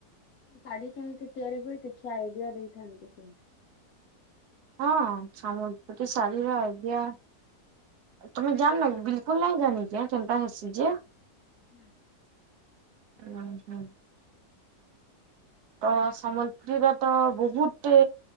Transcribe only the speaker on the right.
ହଁ ସମ୍ବଲପୁରୀ ଶାଢୀର ଆଇଡିଆ। ତୁମେ ଜାଣିନା କି ବିଲକୁଲ୍ ନାଇଁ ଜାଣି ଏନ୍ତି କେନ୍ତା ହେସି ଯେ।
ହୁଁ ହୁଁ। ତ ସମ୍ବଲପୁରୀର ତ ବହୁତ